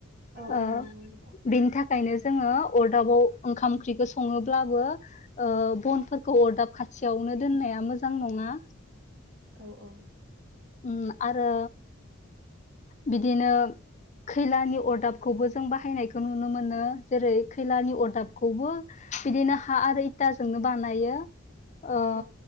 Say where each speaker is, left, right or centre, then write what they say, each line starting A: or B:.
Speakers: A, on the right; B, on the left.
A: औ
B: ओ
A: औ नंगौ नोंथां
B: बेनि थाखायनो जोङो अरदाबाव ओंखाम ओंख्रिखौ सङो ब्लाबो ओ बनफोरखौ अरदाब खाथियावनो दोननाया मोजां नङा।
A: औ औ।
B: उम आरो बिदिनो खैलानि अरदाबखौबो जों बाहायनायखौ नुनो मोनो जेरै फिलानि
A: औ
B: अरदाबखौबो बिदिनो हा आरो इथाजोंनो बानायो ओ
A: औ